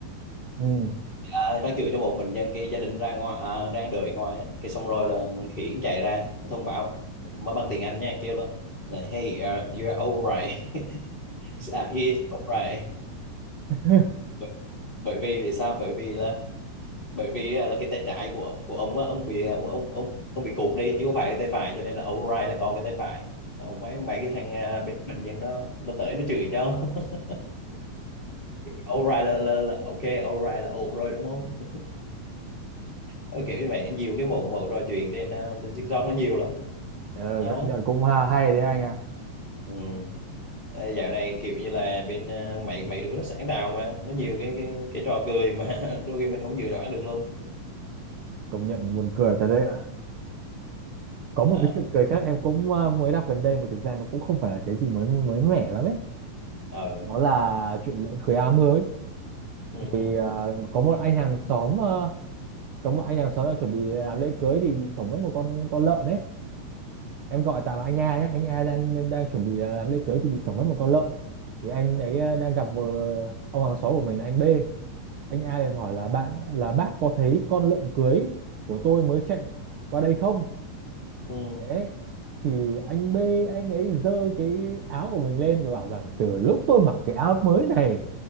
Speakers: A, on the right; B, on the left.
A: ừ.
B: à, đang chửi cho một mình dân cái gia đình ra ngoài à, đang đợi ngoài á. cái xong rồi là khỉ chạy ra thông báo mà bằng tiếng Anh nha anh kêu lên là hey uh, you're alright <laughs> à, he's alright <laughs>
A: <laughs>
B: bởi, bởi vì vì sao bởi vì là bởi vì á, là cái tay trái của của ông á, ông bị ông ông ông bị cụt đi chứ không phải cái tay phải cho nên là alright là còn cái tay phải Xong mấy mấy cái thằng à, bên bệnh nhân đó nó tới nó chửi cho <laughs> alright là, là, là ok alright là ổn rồi đúng không Ờ, kiểu như vậy nhiều cái mẫu mẫu trò chuyện trên à, trên TikTok nó nhiều lắm
A: Ờ,
B: đó
A: công nhận cũng ha- hay đấy anh ạ
B: Ừ. Ê, dạo này kiểu như là bên à, mấy mấy đứa nó sáng tạo mà nó nhiều cái cái cái trò cười mà <laughs> đôi khi mình không dự đoán được luôn
A: công nhận buồn cười thật đấy ạ có một
B: Đó.
A: cái chuyện cười khác em cũng ờ, mới đọc gần đây mà thực ra nó cũng không phải là cái gì mới mới mẻ lắm ấy
B: ờ
A: đó là chuyện lễ cưới áo mới
B: ừ,
A: thì
B: ừ,
A: ờ, có một anh hàng xóm ờ, có một anh hàng xóm đã chuẩn bị làm lễ cưới thì bị sổng mất một con con lợn đấy em gọi tạm là anh A nhé anh A đang đang chuẩn bị ờ, làm lễ cưới thì bị sổng mất một con lợn thì anh ấy ờ, đang gặp một ông hàng xóm của mình là anh B anh A liền hỏi là bạn là bác có thấy con lợn cưới của tôi mới chạy qua đây không
B: ừ. ừ.
A: đấy thì anh B anh ấy giơ cái áo của mình lên và bảo rằng từ lúc tôi mặc cái áo mới này